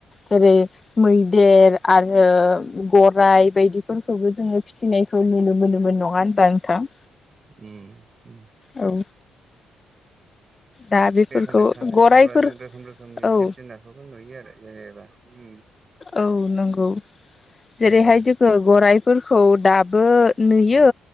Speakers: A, on the left; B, on the right.
A: जेरै मैदेर आरो गराइ बायदिफोरखौबो जोङो फिसिनायखौ नुनो मोनोमोन। नङा होनबा नोंथां?
B: उम उम
A: औ दा बेफोरखौ
B: <unintelligible> थांगोन
A: गराइफोर
B: जेब्ला जों रोखोम रोखोमनि
A: औ
B: जिब जुनारखौबो नुयो आरो जेनेबा उम।
A: औ नोंगौ। जेरैहाय
B: उम
A: जोङो गराइफोरखौ दाबो नुयो
B: उम